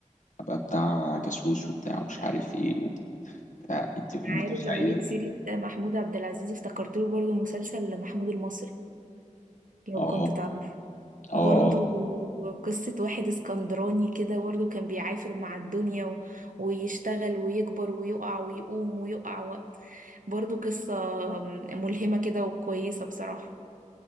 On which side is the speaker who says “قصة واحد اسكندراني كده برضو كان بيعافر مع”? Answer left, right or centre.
Right